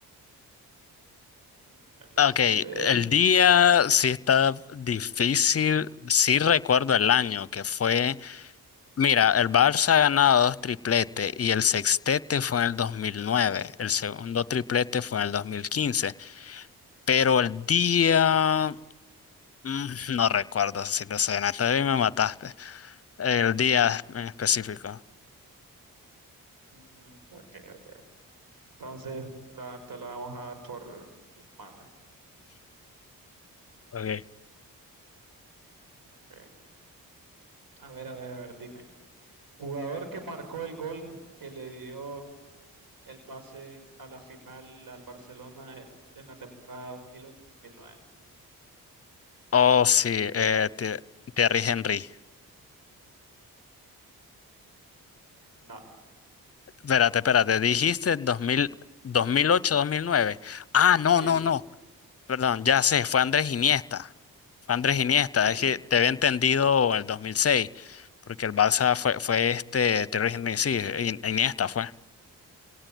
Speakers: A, on the right; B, on the left.
A: Mm, ese-
B: Ok,
A: ese-
B: el
A: ese-
B: día sí está difícil, sí recuerdo el año que fue, mira, el Barça ha ganado dos tripletes y el sextete fue en el 2009, el segundo triplete fue en el 2015, pero el día, mm, no recuerdo si lo sé, Natalia, me mataste, el día en específico.
A: Ujú, Ok, ok. Entonces, la, te la vamos a dar por mala.
B: Okay.
A: Okay. A ver, a ver, a ver, dime. Jugador que marcó el gol que le dio el pase a la final al Barcelona eh, en la temporada 2008-2009.
B: Oh, sí, eh, Ti- Thierry Henry.
A: No,
B: Espérate, espérate, dijiste 2000, 2008, 2009. Ah, no,
A: sí,
B: no,
A: sí,
B: no. Perdón, ya sé, fue Andrés Iniesta. Fue Andrés Iniesta,
A: sí.
B: es que te había entendido el 2006, porque el Barça fue, fue este, Thierry Henry, sí, In- Iniesta fue.